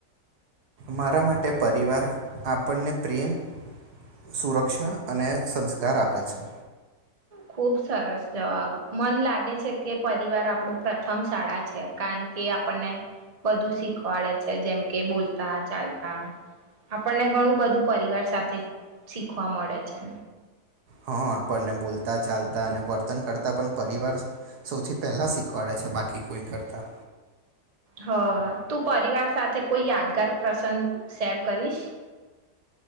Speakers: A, on the right; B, on the right.
A: મારા માટે પરિવાર આપણને પ્રેમ સુરક્ષા અને સંસ્કાર આપે છે
B: ખુબ સરસ જવાબ મન લાગે છે કે પરિવાર આપણું પ્રથમ શાળા છે કારણ કે આપણને બધું શીખવાડે છે જેમ કે બોલતા ચાલતા આપણને ઘણું બધું પરિવાર સાથે શીખવા મળે છે
A: હા આપણને બોલતા ચાલતા અને વર્તન કરતાં પણ પરિવાર સૌથી પહેલા શીખવાડે છે બાકી કોઈ કરતા
B: હ તું પરિવાર સાથે કોઈ યાદગાર પ્રસંગ શેર કરીશ